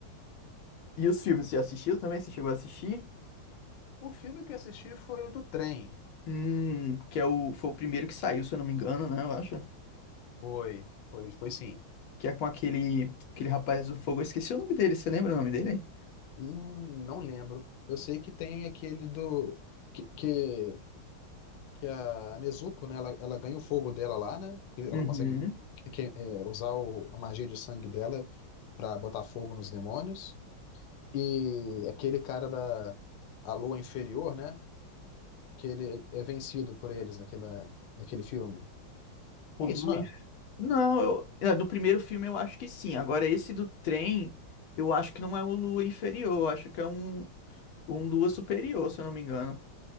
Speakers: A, on the left; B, on the left.
A: E os filmes, você assistiu também? Você chegou a assistir?
B: O filme que eu assisti foi o do trem.
A: Hum, que é o, foi o primeiro que saiu, se eu não me engano, né? Eu acho.
B: Foi, foi, foi sim.
A: Que é com aquele, aquele rapaz do fogo. Eu esqueci o nome dele. Você lembra o nome dele?
B: Hum, não lembro. Eu sei que tem aquele do. Que, que, que a Nezuko, né? Ela, ela ganha o fogo dela lá, né? E Ela
A: Uhum.
B: consegue que- é, usar o- a magia de sangue dela pra botar fogo nos demônios. E aquele cara da a Lua Inferior, né? Que ele é vencido por eles naquela, naquele filme.
A: O
B: É
A: Lu
B: isso, não é?
A: Não, eu, é, no primeiro filme eu acho que sim. Agora, esse do trem, eu acho que não é um Lua inferior, eu acho que é um, um Lua superior, se eu não me engano.